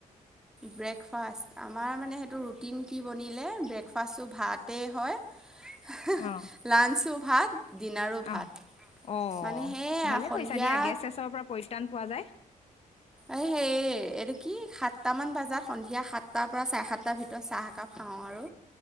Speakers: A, in the centre; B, on the left (about 45°).
A: ব্ৰেকফাষ্ট আমাৰ মানে সেইটো ৰুটিন কি বনিলে ব্ৰেকফাষ্টটো ভাত গোটেই হয়
B: অ
A: লাঞ্চো ভাত, ডিনাৰো ভাত
B: অ অ
A: মানে সেয়া
B: ভালে
A: সন্ধিয়া
B: কৰিছা দিয়া গেছ চেছৰ পৰা পৰিত্ৰাণ পোৱা যায়।
A: এ সেই এইটো কি সাতটামান বজাত সন্ধিয়া সাতটাৰ পৰা চাৰে সাতটাৰ ভিতৰত চাহ একাপ খাওঁ আৰু